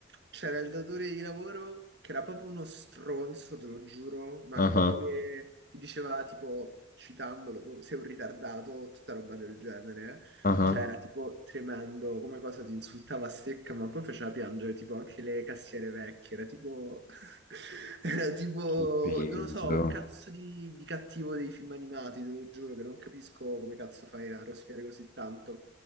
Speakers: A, on the right; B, on the left.
A: c'era il datore di lavoro che era proprio uno stronzo, te lo giuro, ma
B: Ah
A: proprio che ti diceva tipo, citandolo, proprio, sei un ritardato o tutta roba del genere.
B: ah.
A: Cioè era tipo tremendo, come cosa ti insultava a secca, ma poi faceva piangere tipo anche le cassiere vecchie, era tipo... <laughs> Era tipo,
B: Che peso.
A: non lo so, un cazzo di, di cattivo dei film animati, te lo giuro, che non capisco come cazzo fai a rosicare così tanto.